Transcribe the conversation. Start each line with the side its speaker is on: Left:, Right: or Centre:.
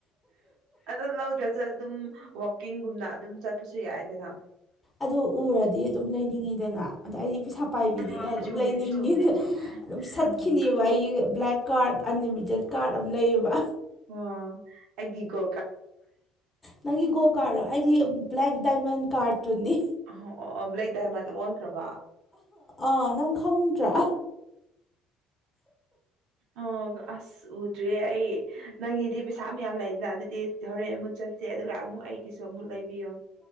Right: ꯑꯗꯣ ꯂꯧꯗ꯭ꯔꯁꯨ ꯑꯗꯨꯝ ꯋꯥꯛꯀꯤꯡꯒꯨꯝꯅ ꯑꯗꯨꯝ ꯆꯠꯄꯁꯨ ꯌꯥꯏꯗꯅ꯫
Left: ꯑꯗꯣ ꯎꯔꯗꯤ ꯑꯗꯨꯝ ꯂꯩꯅꯤꯡꯉꯤꯗꯅ ꯑꯗ ꯑꯩꯗꯤ ꯄꯩꯁꯥ ꯄꯥꯏꯕꯤꯅꯤꯅ
Right: ꯑꯗꯨꯕꯨꯗꯤ
Left: ꯑꯗꯨꯝ
Right: ꯆꯨꯝꯕꯗꯤ
Left: ꯂꯩꯅꯤꯡꯉꯤꯗ
Right: ꯆꯨꯝꯃꯦ
Left: ꯑꯗꯨꯝ ꯁꯠꯈꯤꯅꯦꯕ
Right: ꯎꯝ ꯎꯝ
Left: ꯑꯩꯒꯤ ꯕ꯭ꯂꯦꯛ ꯀ꯭ꯥꯔꯠ ꯑꯟꯂꯤꯃꯤꯇꯦꯠ ꯀ꯭ꯥꯔꯠ ꯑꯃ ꯂꯩꯌꯦꯕ꯫
Right: ꯑꯣ ꯑꯦꯒꯤ ꯒꯣ
Left: ꯅꯪꯒꯤꯒꯣ ꯀꯥꯔꯣ ꯑꯩꯗꯤ ꯕ꯭ꯂꯥꯛ ꯗꯗꯥꯏꯃꯟ ꯀꯥꯔ ꯇꯨꯅꯤ
Right: ꯑꯣ ꯑꯣ ꯕ꯭ꯂꯦꯛ ꯗꯥꯏꯃꯟ ꯑꯣꯟꯈ꯭ꯔꯕ
Left: ꯑꯥ ꯅꯪ ꯈꯪꯗ꯭ꯔꯥ
Right: ꯑꯣ ꯑꯁ ꯎꯗ꯭꯭ꯔꯦ ꯑꯩ ꯅꯪꯒꯤꯗꯤ ꯄꯩꯁꯥ ꯃ ꯌꯥꯝ ꯂꯩꯗꯅ ꯑꯗꯨꯗꯤ ꯍꯣꯔꯦꯟ ꯑꯃꯨꯛ ꯆꯠꯁꯦ ꯑꯗꯨꯒ ꯑꯃꯨꯛ ꯑꯩꯒꯤꯁꯨ ꯑꯃꯨꯛ ꯂꯩꯕꯤꯌꯣ